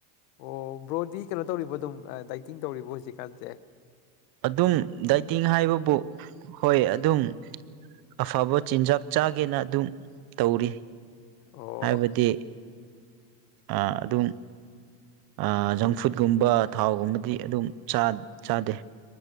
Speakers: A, on the left; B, on the right.
A: ꯑꯣ ꯕ꯭ꯔꯣꯗꯤ ꯀꯩꯅꯣ ꯇꯧꯔꯤꯕꯣꯗꯨꯝ ꯑꯥ ꯗꯥꯏꯇꯤꯡ ꯇꯧꯔꯤꯕꯣ ꯍꯧꯖꯤꯛꯀꯥꯟꯁꯦ
B: ꯑꯗꯨꯝ ꯗꯥꯏꯇꯤꯡ ꯍꯥꯏꯕꯕꯨ ꯍꯣꯏ ꯑꯗꯨꯝ ꯑꯐꯕ ꯆꯤꯟꯖꯥꯛ ꯆꯥꯒꯦꯅ ꯑꯗꯨꯝ ꯇꯧꯔꯤ
A: ꯑꯣ
B: ꯍꯥꯏꯕꯗꯤ ꯑꯥ ꯑꯗꯨꯝ ꯑꯥ ꯖꯪ ꯐꯨꯗ ꯒꯨꯝꯕ ꯊꯥꯎꯒꯨꯝꯕꯗꯤ ꯑꯗꯨꯝ ꯆꯥꯠ ꯆꯥꯗꯦ